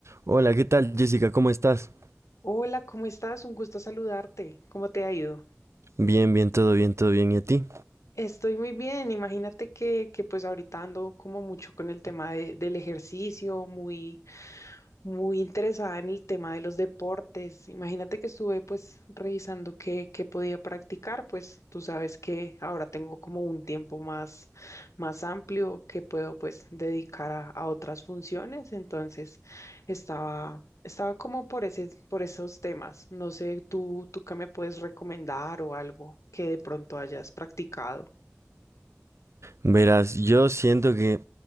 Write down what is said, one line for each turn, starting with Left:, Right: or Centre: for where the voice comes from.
Right: Hola, ¿qué tal, Jessica? ¿Cómo estás?
Left: Hola, ¿cómo estás? Un gusto saludarte. ¿Cómo te ha ido?
Right: Bien, bien, todo bien, todo bien. ¿Y a ti?
Left: Estoy muy bien. Imagínate que, que pues ahorita ando como mucho con el tema de- del ejercicio, muy, muy interesada en el tema de los deportes. Imagínate que estuve pues revisando qué, qué podía practicar, pues tú sabes que ahora tengo como un tiempo más, más amplio que puedo pues dedicar a, a otras funciones, entonces estaba, estaba como por ese, por esos temas. No sé, tú, tú qué me puedes recomendar o algo que de pronto hayas practicado.
Right: Verás, yo siento que